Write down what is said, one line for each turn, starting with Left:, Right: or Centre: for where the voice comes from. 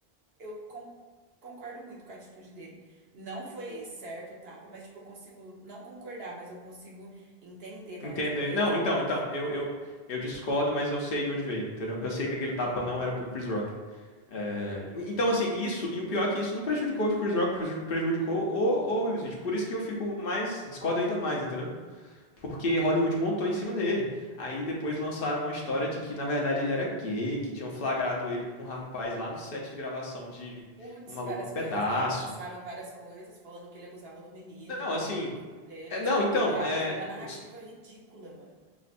Right: eu con- concordo muito com a atitude dele. Não foi certo o tapa, mas, tipo, eu consigo não concordar, mas eu consigo entender da
Left: Entender.
Right: onde que veio,
Left: Não,
Right: tipo,
Left: então,
Right: tudo
Left: então,
Right: isso daí,
Left: eu,
Right: né?
Left: eu, eu discordo, mas eu sei de onde veio, entendeu? Eu sei que aquele tapa
Right: Uhum.
Left: não era pro Chris Rock. É, e- Então, assim, isso, e o pior é que isso não prejudicou o Chris Rock, preju- prejudicou o, o Will Smith. Por isso que eu fico mais, discordo ainda mais, entendeu? Porque Hollywood montou em cima dele. Aí depois lançaram uma história de que, na verdade, ele era gay, que tinham flagrado ele com um rapaz lá no set de gravação de
Right: Putz,
Left: Um Maluco
Right: várias
Left: no Pedaço.
Right: coisas, né? Lançaram várias coisas falando que ele abusava do menino,
Left: Não, assim.
Right: do filho dele,
Left: é- não,
Right: tipo,
Left: então,
Right: criaram
Left: é,
Right: toda uma narrativa
Left: os-
Right: ridícula, mano.